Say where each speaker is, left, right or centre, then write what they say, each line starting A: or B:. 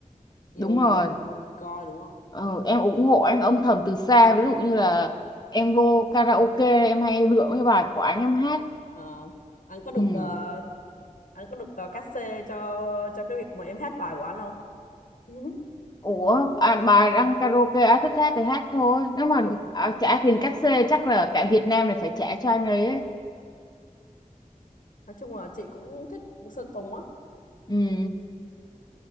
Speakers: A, on the left; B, on the left.
A: nhiều
B: đúng
A: người,
B: rồi
A: nhiều người coi đúng không?
B: ờ, em ủng hộ anh âm thầm từ xa ví dụ như là em vô karaoke em hay lựa cái bài của anh em hát
A: Ờ, anh có được
B: ừ
A: ờ, anh có được uh, cát xê cho cho cái việc mà em hát bài của anh không? <laughs>
B: Ủa, à, bà đang karaoke á thích hát thì hát thôi. Nếu mà
A: Kiểu
B: à, trả tiền cát xê chắc là cả Việt Nam này phải trả cho anh ấy ấy.
A: nói chung là chị cũng thích Sơn Tùng á.
B: Ừ,